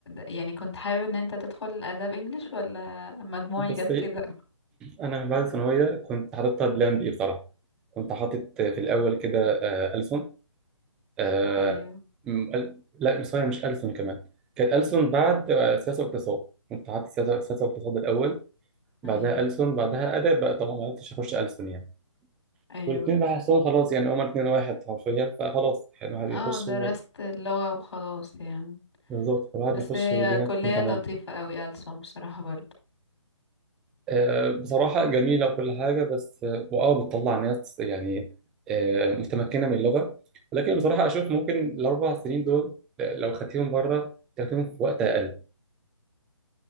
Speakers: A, on the left; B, in the centre.
A: يعني كنت حابب ان انت تدخل اداب انجليش ولا مجموعي
B: <laughs> بس
A: جاب كده
B: انا من بعد الثانويه كنت حاططها بلان بي بصراحه كنت حاطط في الاول كده آه، ألسن آه،
A: ايوه
B: م- أل- لا مش سوري مش ألسن كمان كانت ألسن بعد آه، سياسه واقتصاد كنت حاطط سياسه سياسه واقتصاد الاول بعدها
A: ايوه
B: ألسن بعدها ادب بقى طبعا ما عرفتش اخش ألسن يعني
A: ايوه
B: والاثنين بحسهم خلاص يعني هما الاثنين واحد حرفيا فخلاص يعني الواحد
A: اه
B: يخش
A: درست
B: و-
A: اللغة وخلاص يعني
B: بالظبط الواحد
A: بس
B: يخش
A: هي
B: والدنيا
A: كلية
B: تكون تمام
A: لطيفة قوي ألسن بصراحة برضو
B: آه، بصراحة جميلة وكل حاجة بس آه، وآه بتطلع ناس يعني آه، متمكنة من اللغة ولكن بصراحة أشوف ممكن الأربع سنين دول آه، لو خدتيهم بره تاخديهم في وقت أقل